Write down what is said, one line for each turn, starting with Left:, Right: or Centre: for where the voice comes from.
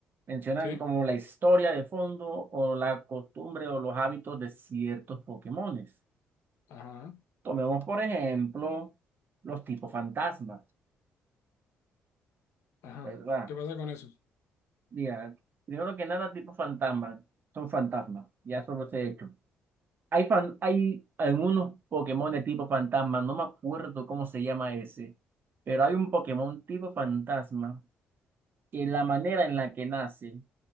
Right: mencionan
Left: Sí,
Right: como la historia de fondo o la costumbre o los hábitos de ciertos Pokémones.
Left: ajá,
Right: Tomemos, por ejemplo, los tipos fantasmas,
Left: ajá.
Right: ¿verdad?
Left: ¿Qué pasa con eso?
Right: Mira, primero que nada, tipos fantasmas son fantasmas, ya eso los he hecho. Hay, fan- hay algunos Pokémon de tipo fantasma, no me acuerdo cómo se llama ese, pero hay un Pokémon tipo fantasma que la manera en la que nace